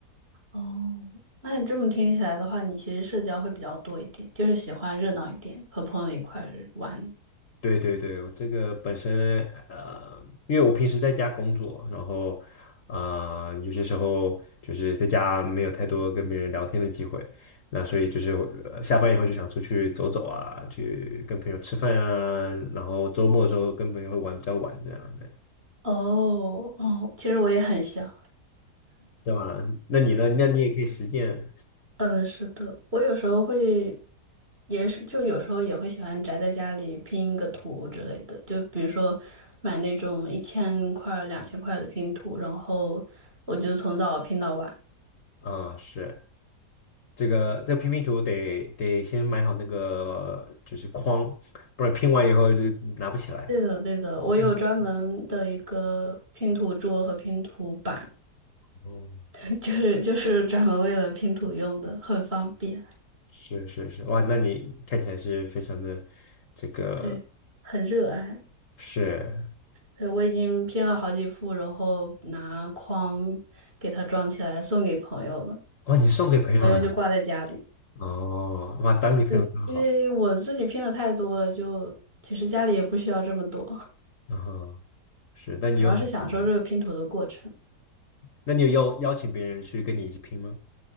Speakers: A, on the right (about 35°); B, on the left (about 55°).
A: 哦，那你这么听起来的话，你其实社交会比较多一点，就是喜欢热闹一点，和朋友一块儿玩。
B: 对对对，我这个本身呃，因为我平时在家工作，然后呃，有些时候就是在家没有太多跟别人聊天的机会，那所以就是呃下班以后就想出去走走啊，去跟朋友吃饭啊，然后周末的时候跟朋友会玩比较晚这样的，
A: 哦哦，其实我也很像。
B: 对吧？那你呢？那你也可以实践
A: 嗯，是的，我有时候会，也是就有时候也会喜欢宅在家里拼一个图之类的，就比如说买那种一千块两千块的拼图，然后我就从早拼到晚。
B: 啊，是这个这个拼拼图得得先买好那个就是框，不然拼完以后就拿不起来。
A: 对的，对的，我有专门的一个拼图桌和拼图板，
B: 对哦
A: <laughs> 就是就是专门为了拼图用的，很方便。
B: 是是是，哇，那你看起来是非常的这个
A: 对，很热爱。
B: 是，
A: 对，我已经拼了好几副，然后拿框给它装起来送给朋友了。
B: 哦，你送给朋友的啊，
A: 朋友就挂在家里。
B: 哦，哇，当你朋友真好，
A: 对，因为我自己拼的太多了，就其实家里也不需要这么多，
B: 嗯哼，是，
A: <laughs>
B: 那你有很多的
A: 主要是享受这个拼图的过程。
B: 那你有邀邀请别人去跟你一起拼吗？